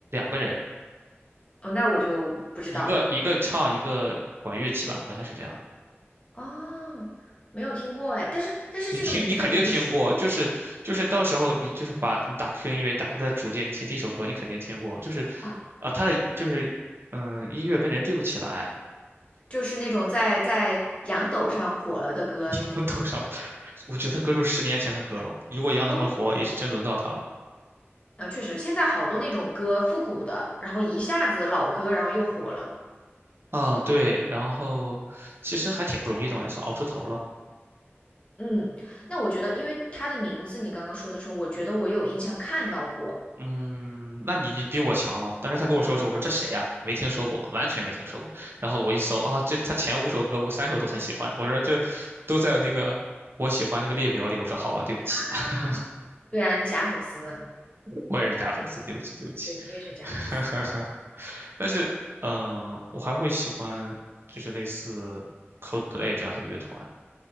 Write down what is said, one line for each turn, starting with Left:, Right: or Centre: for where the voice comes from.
Right: 两个人，
Left: 哦，那我就不知道了。
Right: 一个一个唱，一个管乐器吧，好像是这样的。
Left: 哦，没有听过哎，但是但是这个名字你一说，
Right: 你听，你肯定听过，就是就是到时候你就是把你打 q 音乐，打开他的主页，你听第一首歌，你肯定听过，就是
Left: 哦，
Right: 啊、他的就是嗯、音乐跟人对不起来，
Left: 就是那种在在洋抖上火了的歌那种吗？
Right: <laughs> 多上，我觉得歌都十年前的歌了，如果杨德昌活，
Left: 哦，
Right: 也是真轮到他了。
Left: 啊，确实，现在好多那种歌复古的，然后一下子老歌，然后又火了。
Right: 嗯，对，然后其实还挺不容易的嘛，也算熬出头了。
Left: 嗯，那我觉得，因为他的名字你刚刚说的时候，我觉得我有印象看到过
Right: 嗯，那你比我强了。当时他跟我说的时候，我说这谁呀、没听说过，完全没听说过。然后我一搜啊，这他前五首歌我三首都很喜欢，我说这都在那个我喜欢那个列表里。我说好吧，对不起，
Left: 啊。
Right: <laughs>
Left: 对啊，你假粉丝，
Right: 我也是假粉丝，对不起，对不起。
Left: 对你也是假粉丝。
Right: <laughs> 但是，嗯、我还会喜欢就是类似 Coldplay 这样的乐团。